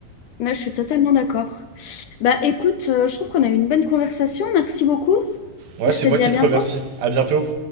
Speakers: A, on the left; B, on the right.
A: Moi, je suis totalement d'accord. Bah écoute, euh, je trouve qu'on a eu une bonne conversation. Merci beaucoup.
B: Ouais,
A: Et je
B: c'est
A: te
B: moi
A: dis
B: qui
A: à
B: te
A: bientôt.
B: remercie. À bientôt.